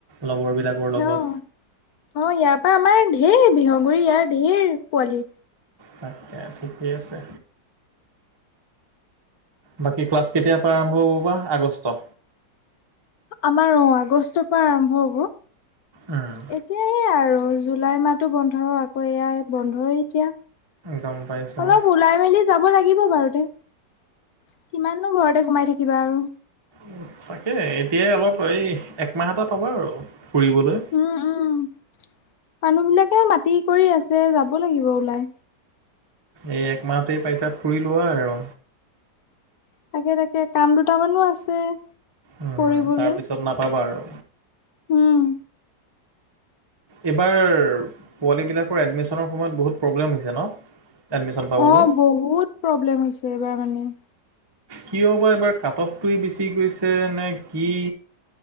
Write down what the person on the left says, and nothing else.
অ', অ', ইয়াৰ পৰা আমাৰ ধেৰ বিহু গুৰি ইয়াৰ ধেৰ পোৱালি
আমাৰ অ', আগষ্টৰ পৰা আৰম্ভ হ'ব। এতিয়া
সে আৰু জুলাই মাহোটো বন্ধ আকৌ এয়াই বন্ধই এতিয়া।
অলপ ওলাই মেলি যাব লাগে থাকিব বাৰুতে কিমাননো ঘৰতে সোমাই থাকিবা আৰু।
উম উম মানুহ বিলাকে মাতি ক কৰি আছে যাব লাগিব ওলাই,
তাকে তাকে কাম দুটামানো আছে
কৰিবলৈ,
উম।
অ' বহুত প্ৰব্লেম হৈছে এইবাৰ মানে।